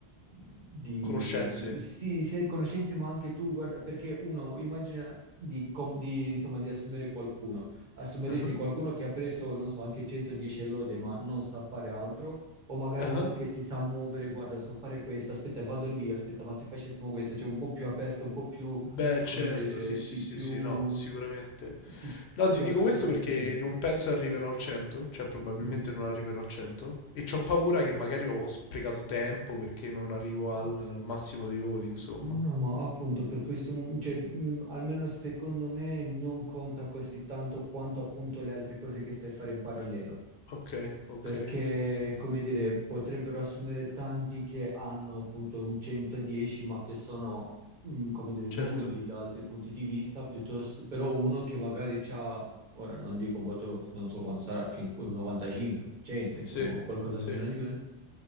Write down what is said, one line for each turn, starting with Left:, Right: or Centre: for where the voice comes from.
Right: di,
Left: Conoscenze?
Right: ti- sì, sia di conoscenze, ma anche tu, guarda, perché uno immagina di, com- di, insomma, di assumere qualcuno. Assumeresti
Left: Mhm.
Right: qualcuno che ha preso, non so, anche 110 lode, ma non sa fare altro? O magari
Left: Ah.
Right: uno che si sa muovere, guarda, so fare questo, aspetta, vado lì, aspetta, ma se facessimo questo, cioè un po' più aperto, un po' più,
Left: Beh,
Right: come
Left: certo,
Right: dire,
Left: sì,
Right: eh, sì,
Left: sì, sì,
Right: più,
Left: sì, no, sicuramente.
Right: sì,
Left: No, ti
Right: più
Left: dico
Right: aperto
Left: questo
Right: in questo
Left: perché
Right: senso.
Left: non penso arriverò al 100, cioè probabilmente
Right: Mhm.
Left: non arriverò al 100, e c'ho paura che magari ho sprecato tempo perché non arrivo al, al massimo dei voti, insomma.
Right: No, ma appunto per questo, mo- cioè, mh, almeno secondo me non conta così tanto quanto appunto le altre cose che sai fare in parallelo.
Left: Ok, ok,
Right: perché,
Left: ok, ok.
Right: come dire, potrebbero assumere tanti che hanno appunto un 110, ma che sono, mm, come dire,
Left: Certo.
Right: nulli da altri punti di vista, piuttosto, però uno che magari ha, ora non dico un voto, non so quanto sarà, 5 un 95, 100, insomma,
Left: Sì,
Right: o qualcosa
Left: sì,
Right: meno di meno,